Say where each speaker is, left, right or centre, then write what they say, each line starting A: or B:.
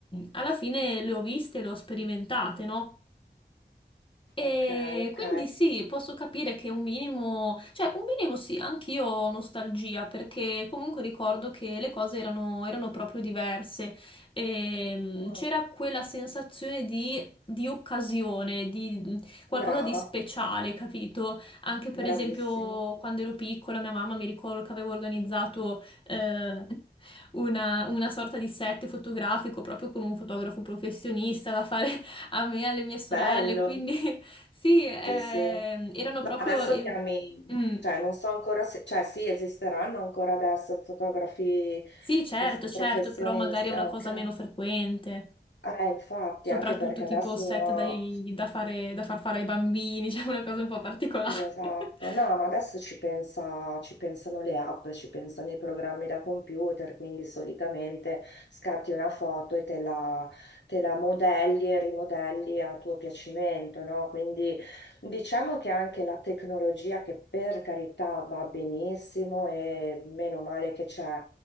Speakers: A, on the left; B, on the left.
A: alla fine le ho viste, le ho sperimentate, no? E
B: Ok, ok.
A: quindi sì, posso capire che un minimo, cioè un minimo sì, anch'io ho nostalgia perché comunque ricordo che le cose erano, erano proprio diverse. Ehm,
B: Mm.
A: c'era quella sensazione di, di occasione, di mh, qualcosa
B: Brava,
A: di speciale, capito? Anche per
B: bravissima.
A: esempio quando ero piccola, mia mamma mi ricordo che avevo organizzato eh, una, una sorta di set fotografico proprio con un fotografo professionista da fare a me, e alle mie sorelle,
B: Bello,
A: quindi <laughs> sì, ehm,
B: sì, sì.
A: erano
B: No,
A: proprio...
B: adesso
A: eh,
B: chiami,
A: mm.
B: cioè non so ancora se, cioè sì, esisteranno ancora adesso fotografi
A: Sì, certo,
B: prof-
A: certo,
B: professionisti.
A: però magari è una
B: Ah,
A: cosa
B: ok.
A: meno frequente,
B: Eh, infatti,
A: soprattutto
B: anche perché
A: tipo
B: adesso
A: set dai- da fare- da far fare ai bambini, <laughs> cioè una cosa un po' particolare.
B: Sì, esatto.
A: <laughs>
B: No, ma adesso ci pensa- ci pensano le app, ci pensano i programmi da computer, quindi solitamente scatti una foto e te la, te la modelli e rimodelli a tuo piacimento, no? Quindi diciamo che anche la tecnologia, che per carità va benissimo e meno male che c'è,